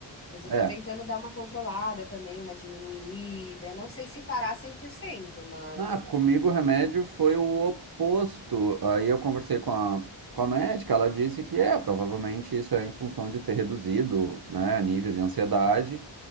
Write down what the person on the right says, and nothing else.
É.
Ah, comigo o remédio foi o oposto. Aí eu conversei com a, com a médica, ela disse que é, provavelmente isso é em função de ter reduzido, né, níveis de ansiedade.